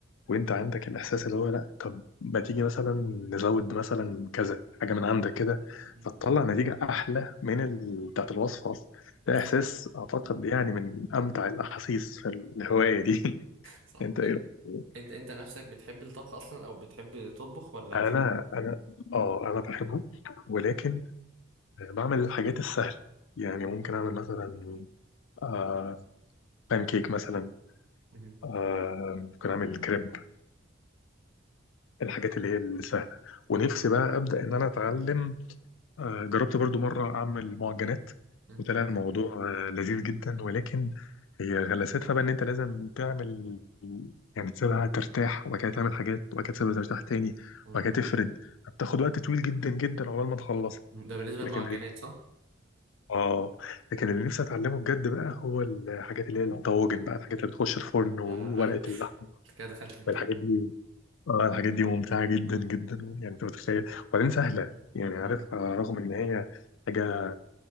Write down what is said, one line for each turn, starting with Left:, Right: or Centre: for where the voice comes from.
Left: وانت عندك الاحساس اللي هو لا طب ما تيجي مثلا نزود مثلا كذا حاجه من عندك كده
Right: مم.
Left: فتطلع نتيجه احلى من ال... بتاعت الوصفه اصلا ده احساس
Right: طيب.
Left: اعتقد يعني من امتع الاحاسيس في الهوايه دي <laughs>
Right: صح
Left: انت ايه
Right: إيه-
Left: رأيك؟
Right: انت انت نفسك بتحب الطبخ اصلا او بتحب تطبخ ولا
Left: انا
Right: مش
Left: انا اه انا بحبه ولكن بعمل الحاجات السهله يعني
Right: مم.
Left: ممكن اعمل مثلا آه بان كيك مثلا
Right: مم.
Left: آه ممكن اعمل كريب الحاجات اللي هي السهله ونفسي بقى ابدا ان انا اتعلم آه، جربت برضو مرة أعمل معجنات
Right: مم.
Left: وطلع الموضوع آه، لذيذ جدا ولكن هي غلاساتها بقى إن أنت لازم تعمل يعني تسيبها ترتاح وبعد كده تعمل حاجات وبعد كده تسيبها ترتاح تاني
Right: مم.
Left: وبعد كده تفرد بتاخد وقت طويل جدا جدا عقبال ما تخلصها
Right: ده بالنسبه
Left: لكن
Right: للمعجنات صح
Left: آه لكن
Right: مم.
Left: اللي نفسي أتعلمه بجد بقى هو الحاجات اللي هي الطواجن بقى الحاجات اللي بتخش الفرن وورقة
Right: يا <laughs>
Left: اللحمة
Right: كده دخلت في التقيل
Left: الحاجات دي آه الحاجات دي ممتعة جدا جدا يعني أنت متخيل وبعدين سهلة يعني عارف
Right: مم.
Left: آه، رغم إن هي حاجة